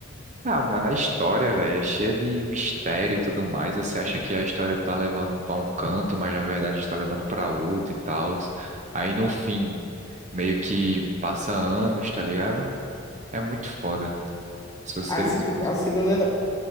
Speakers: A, on the right (about 35°); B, on the left (about 15°).
A: Ah, mano, a história, velho, é cheia de mistério e tudo mais. Você acha que a história tá levando pra um canto, mas na verdade tá levando pra outro e tal. Aí no fim, meio que passa anos, tá ligado? É muito foda. Se você.
B: A, segu-
A: Se você...
B: a segunda,